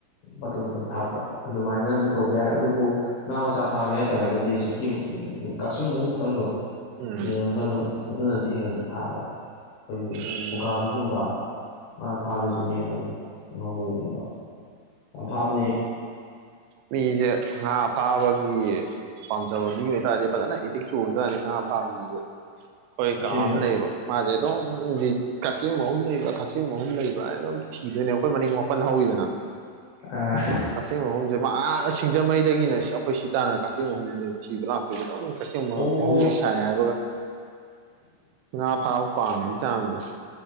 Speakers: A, on the left; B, on the right.
A: ꯑꯗꯨꯝ ꯑꯗꯨꯝ ꯊꯥꯛꯄ ꯑꯗꯨꯃꯥꯏꯅꯁꯨ ꯇꯧꯕ ꯌꯥꯏ ꯑꯗꯨꯕꯨ ꯉꯥ ꯃꯆꯥ ꯐꯥꯒꯦ ꯍꯥꯏꯇꯥꯔꯒꯗꯤ ꯍꯧꯖꯤꯛꯀꯤ ꯎꯝ ꯎ ꯀꯛꯆꯤꯡ ꯃꯅꯨꯡ ꯈꯛꯇꯪꯗꯣ
B: ꯎꯝ
A: ꯌꯦꯡꯉꯒ ꯑꯗꯨꯝ ꯑꯗꯨꯅꯗꯤ ꯍꯦꯟꯅꯗꯤ ꯐꯥꯏ ꯑꯩꯈꯣꯏꯒꯤ
B: ꯎꯝ
A: ꯎꯀꯥꯕꯤꯒꯨꯝꯕ ꯃꯥꯒꯤ ꯐꯥꯗꯣꯏꯁꯦ ꯃꯦꯅꯅꯦ ꯉꯥꯃꯨꯒꯨꯝꯕ ꯐꯥꯕ
B: ꯃꯤꯁꯦ ꯉꯥ ꯐꯥꯕꯒꯤ ꯄꯥꯝꯖꯕ ꯃꯤ ꯑꯣꯏꯇꯥꯔꯗꯤ ꯐꯖꯅ ꯏꯇꯤꯛ ꯆꯨꯔꯖꯥꯅꯤꯅ ꯄꯥꯝꯁꯤꯁꯨꯦ ꯑꯩꯈꯣꯏ ꯀꯥ
A: ꯁꯤꯡꯕ
B: ꯑꯃ ꯂꯩꯕ ꯃꯥꯁꯦ ꯑꯗꯨꯝ ꯀꯛꯆꯤꯡ ꯑꯍꯨꯝ ꯂꯩꯕ ꯀꯛꯆꯤꯡ ꯑꯍꯨꯝ ꯂꯩꯕ ꯑꯗꯨꯝ ꯊꯤꯗꯣꯏꯅꯦꯕ ꯑꯩꯈꯣꯏ ꯃꯅꯤꯡ ꯃꯥꯄꯟ ꯍꯧꯋꯤꯗꯅ
A: ꯑ
B: ꯀꯛꯆꯤꯡ ꯃꯐꯝꯁꯦ ꯃꯥ ꯁꯤꯡꯖꯃꯩꯗꯒꯤꯅ ꯑꯩꯈꯣꯏ ꯁꯤ ꯇꯥꯟꯅ ꯀꯛꯆꯤꯡ ꯃꯐꯝ ꯊꯤꯕ ꯂꯥꯛꯇꯣꯏꯁꯨ ꯑꯗꯨꯝ ꯀꯁꯦꯡꯕ
A: ꯑꯣ
B: ꯑꯍꯨꯝꯂ ꯁꯥꯏ ꯍꯥꯏꯕꯒ ꯉꯥ ꯐꯥꯕ ꯄꯥ ꯆꯥꯡꯗꯣ